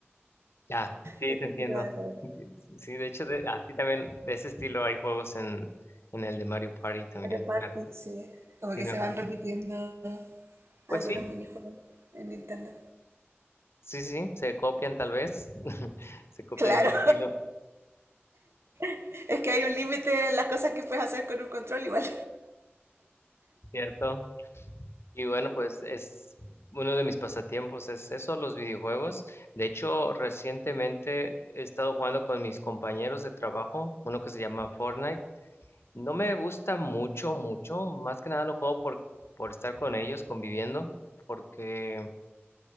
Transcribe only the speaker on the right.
Ese
estilo de juego.
Mario Party,
sí. Como
que
se
van repitiendo algunos
minijuegos en Nintendo.
Claro,
<laughs> es que hay un límite en las cosas que puedes hacer con un control igual.